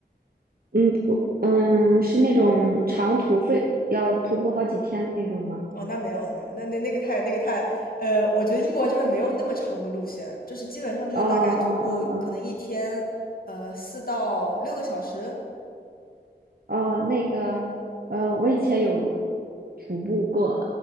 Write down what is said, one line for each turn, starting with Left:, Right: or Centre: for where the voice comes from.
Right: 嗯，我嗯，是那种长途费要徒步好几天的那种吗？
Left: 哦，那没有，那没有，那那那个太那个太，呃，我觉得英国这边没有那么长的路线，就是基本上就是大概徒步可能一天，
Right: 哦哦哦
Left: 呃，四到六个小时
Right: 哦哦，那个呃，我以前有徒步过，